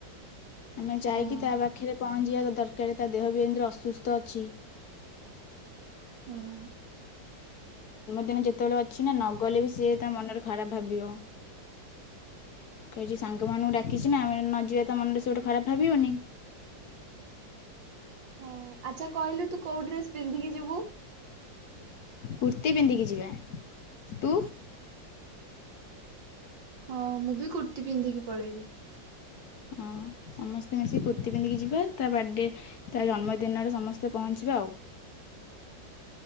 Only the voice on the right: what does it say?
ହଁ
ହଁ।
ହଁ ଆଚ୍ଛା କହିଲୁ ତୁ କୋଉ ଡ୍ରେସ୍ ପିନ୍ଧିକି ଯିବୁ?
ହଁ ମୁଁ ବି କୁର୍ତ୍ତିୀ ପିନ୍ଧିକି ପଳେଇବି।